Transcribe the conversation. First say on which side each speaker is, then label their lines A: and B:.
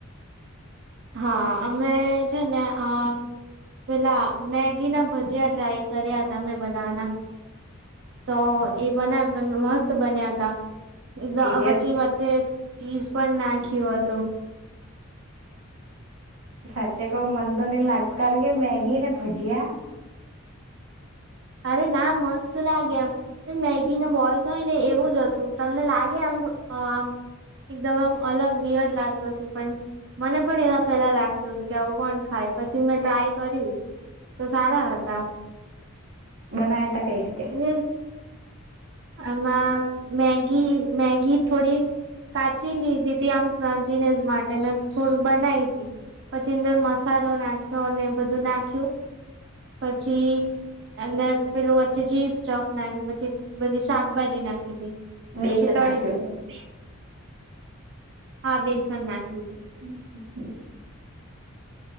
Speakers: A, on the right; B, on the right.
A: હા અમે છે ને અ પેલા મેગી ના ભજીયા ટ્રાય કર્યા તા મેં બનાવાના તો એ બનાયા પણ મસ્ત બન્યા તા <unintelligible>
B: સિરિયસ
A: પછી વચ્ચે ચીઝ પણ નાખ કે વાતો
B: સાચે કઉ મને તો નઈ લાગ કારણ કે મેગી ને ભજીયા
A: અરે ના મસ્ત લાગે આમ મેગીના બોલ્સ હોય ને એવું જ હતું. તમને લાગે આમ અ-આમ એકદમ આમ અલગ વિયડ લાગતું હશે પણ મને પણ એવા પેલા લાગતું હતું કે આવું કોણ ખાય પછી મેં ટ્રાય કર્યું તો સારા હતા.
B: બનાયા તા કઈ રીતે?
A: એટલે આમાં મેગી મેગી થોડી કાચી લીધી તી આમ ક્રંચીનેશ માટે અને થોડુંક બનાઈતી પછી અંદર મસાલો નાખ્યો અને એ બધું નાખ્યું. પછી અંદર પેલું વચ્ચે ચીઝ સ્ટફ નાખ્યું પછી બધી શાકભાજી નાખીતી.
B: બેસન
A: પછી તળી
B: નાખ્યો
A: દીધા હતા. હા બેસન નાખી.
B: <unintelligible>